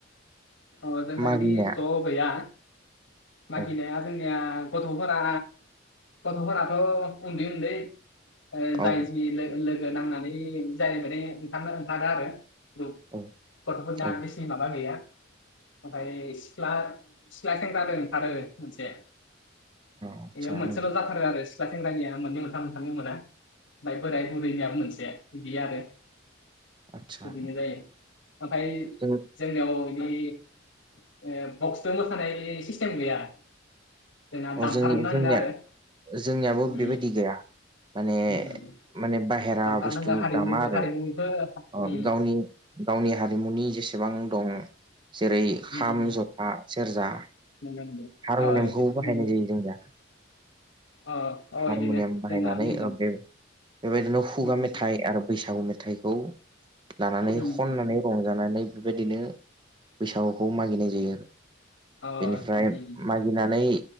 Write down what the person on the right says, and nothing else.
मागिनाया
औ
औ
औ
औ
आदसा
नोंथां
आदसा
जों
अ
जोंनि
जोंनिया
जोंनियाबो
बेबायदि गैया माने
माने बाहेरा
बुस्थु
दामा आरो
गावनि गावनि हारिमुनि जेसेबां दं जेरै खाम
जथा सेरजा
हारमुनियामखौ
बाहायनाय
जायो जों दा
हारमुनियाम
बाहायनानै
ओ बेबायदिनो खुगा
मेथाइ आरो बैसागु मेथाइखौ लानानै
खननानै
रंजानानै बेबायदिनो बैसागुखौ मागिनाय जायो
बेनिफ्राय
मा बिनानै